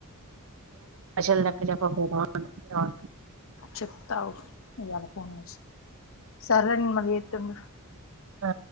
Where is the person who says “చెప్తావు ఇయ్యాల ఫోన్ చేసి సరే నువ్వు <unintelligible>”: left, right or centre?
Left